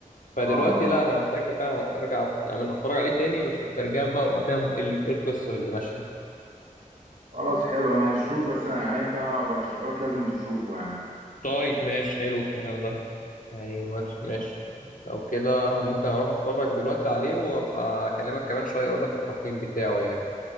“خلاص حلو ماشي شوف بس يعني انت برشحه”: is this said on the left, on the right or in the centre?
Right